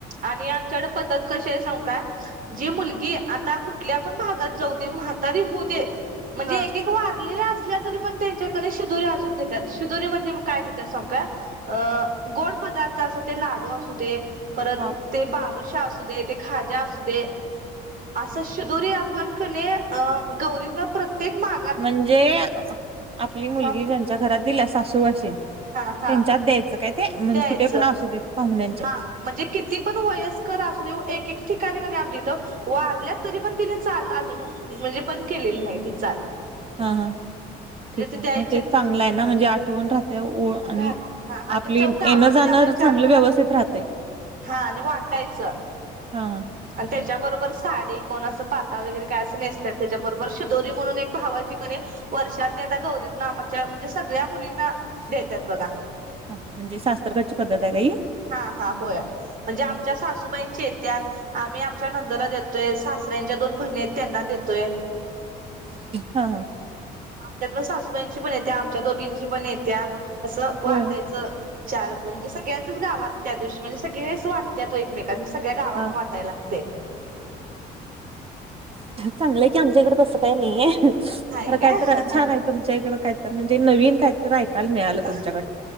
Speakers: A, on the right (about 55°); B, on the right (about 35°).
A: आणि आमच्याकडं पद्धत कशी हाय सांगूकाय, जी मुलगी आता कुठल्या पण भागात जाऊ दे म्हा तारी होऊं दे, म्हणजे
B: हा
A: एक एक वारलेल्या असल्या तरी पण तेनच्यात कनी शिदुरी अजून देत्यात, शिदोरी म्हणजे म काय देत्यात सांगू काय? अ गोड पदार्थ अस ते, लाडू असू दे, परत
B: हा
A: ते बालू शा असू दे, ते खाजा असू दे. असं शिदोरी आपण कनी अं गौरीत ना प्रत्येक माण
B: म्हणजे आपली मुलगी
A: हा
B: ज्यांच्या घरात दिल्या, सासूरवाशीन.
A: हा हा
B: त्यांच्यात द्यायचं काय ते, मंग
A: द्यायचं
B: कुठे पण असू देत पाहुण्यांच्यात.
A: हा म्हणजे किती पण वयस्कर असू देऊ, एक एक ठिकाणी कनी आमच्या इथं वारल्यात, तरी पण तिने चाल अजून म्हणजे बंद केलेली नाही ती चाल.
B: हा हा
A: म्हणजे
B: ठीक आहे
A: ती द्यायची
B: म ते चांगलं आहे ना म्हणजे आठवण राहत्यां ओ आणि
A: राह हा आणि
B: आपली
A: त्याच्या
B: येण
A: गावामध्ये
B: जाणं,
A: आपल्या
B: चांगलं
A: चार घरात
B: व्यवस्थित राहतय.
A: हा आणि वाटायचं.
B: हा हां!
A: आण त्याच्याबरोबर साडी कोण असं पाताळ वगैरे काय असं नेसत्यां, त्याच्याबरोबर शिदोरी म्हणून एक भावाची कनी वर्षातनं एकदा गौरीत ना आमच्या म्हणजे सगळ्या मुलींना देत्यांत बघा.
B: ह म्हणजे सासरकडची पद्धत हाय का ही.
A: हा हा होय म्हणजे आमच्या सासूबाईंचेे येत्यात. आम्ही आमच्या नंदला देतोय, सासऱ्यांच्या दोन भणी हायत त्यांना देतोय.
B: हा ह!
A: आमच्यातल सासूबाईंची पण येत्या, आमच्या दोघींची पण येत्या, असं वाटायचं
B: होय
A: चारगं म्हणजे सगळ्यांचच गावात त्या दिवशी म्हणजे सगळेच वाटत्यांत हो एकमेकांना सगळ्या गावातन
B: हा
A: वाटायला. ते!
B: चांगलंय की आमच्या इकडे तसं काय नाहीये,
A: नाही
B: तर काय तर
A: हा
B: छान आहेत. तुमच्या इकंड काहीतर, म्हणजे नवीन काहीतर ऐकायला मिळालं
A: हा
B: तुमच्याकडनं.